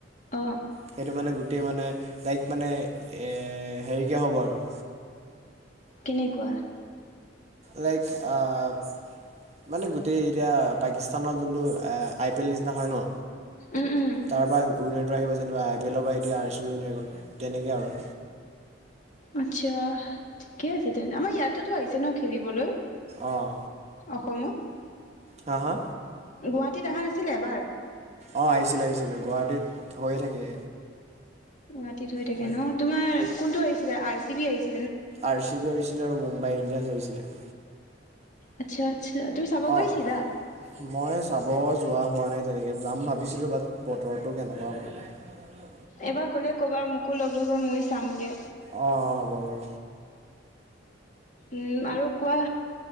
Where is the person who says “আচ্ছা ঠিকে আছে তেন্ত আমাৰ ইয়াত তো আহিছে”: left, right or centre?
Left